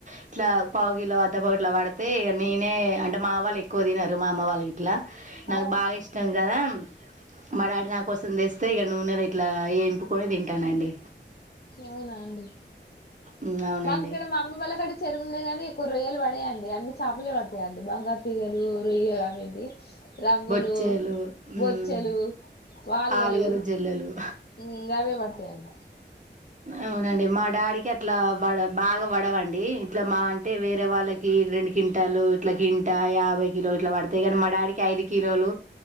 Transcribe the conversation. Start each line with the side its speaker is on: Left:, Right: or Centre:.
Right: ఇట్లా పావు కిలో అద్ద ప ఇట్లా పడితే ఇ నేనే అంటే మా వాళ్ళు ఎక్కువ తినారు మా అమ్మ వాళ్ళకి ఇట్లా నాకు
Left: ఆ!
Right: బాగా ఇష్టం కదా మా డాడీ నా కోసం తెస్తే ఇక నూనెలో ఇట్లా ఏ ఎంపుకొని తింటానండి
Left: అవునా అండి
Right: ఉమ్, అవునండి
Left: మాకు ఇక్కడ మా అమ్మ వాళ్ళ అడ చెరువు ఉంది కానీ ఒక రొయ్యలు పడేయండి అన్నన్ని చేపలే పడతాయండి బంగారు తీగలు రొయ్యలు అవి రగ్గులు
Right: బొచ్చేలు ఉమ్,
Left: బొచ్చలు పాలుగలు
Right: ఆలుగలు జల్లలు
Left: ఇన్ గవే పడతాయన్నమాట
Right: అవునండి మా డాడీకి అట్లాడ బాగా పడవండి ఇట్లా మా అంటే వేరే వాళ్ళకి రెండు చింటాలు ఇట్లా కిలు అయ్వే ఇలా పడతాయి కానీ మా డాడీ ఐదు కిలోలు